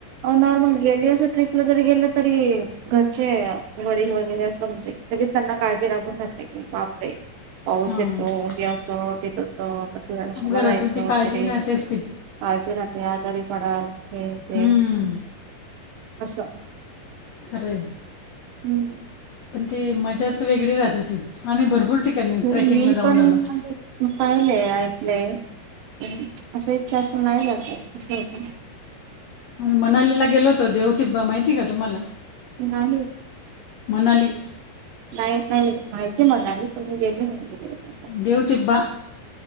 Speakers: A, on the right (about 75°); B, on the left (about 80°).
A: नॉर्मल गेली असं ट्र्रीपला जरी गेलं तरी घरचे वडील वगैरे असं म्हणजे त्यांना काळजी लागून राहते की, बापडे! पाऊस
B: हां
A: येतो, हे असं ते तस. असं <unintelligible> शाला
B: घरातून
A: जायचं
B: ती
A: वगैरे,
B: काळजी राहतेच ती
A: काळजी राहते आजारी पडाल. हे, ते,
B: हम्म,
A: असं.
B: खरं आहे
A: हम्म
B: पण ती, मजाच वेगळी राहते ती. आम्ही भरपूर ठिकाणी
A: हो
B: ट्रॅकिंगला
A: मी
B: जाऊन
A: पण
B: आलो
A: म्हणजे
B: होतो
A: पाहिलेय ऐक लय. पण <unintelligible> अस इच्छा असून नाही जाता येत <unintelligible>
B: आम्ही मनालीला गेलो होतो, देवथिब्बा माहितीय का तुम्हाला?
A: नाही.
B: मणाली
A: माहीत नाही म्हणजे, माहितीय मनाली पण मी गेले नाही तिकडे. त्यासाठी
B: देवतिब्बा?